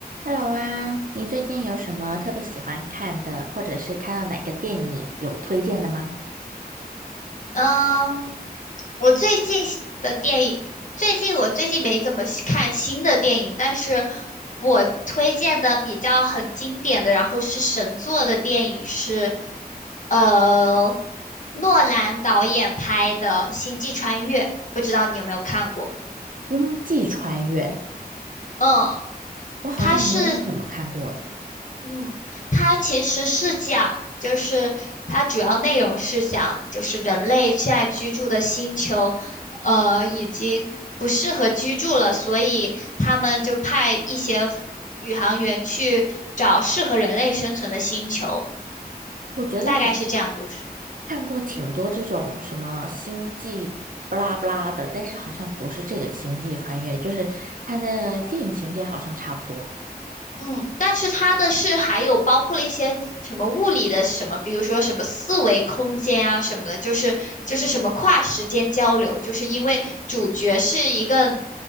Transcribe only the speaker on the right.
Hello 啊，你最近有什么特别喜欢看的，或者是看到哪个电影有推荐的吗？
《星际穿越》，
我好像没有怎么看过诶。
我觉得我
看过挺多这种什么星际巴拉巴拉的，但是好像不是这个《星际穿越》，就是它的电影情节好像差不多。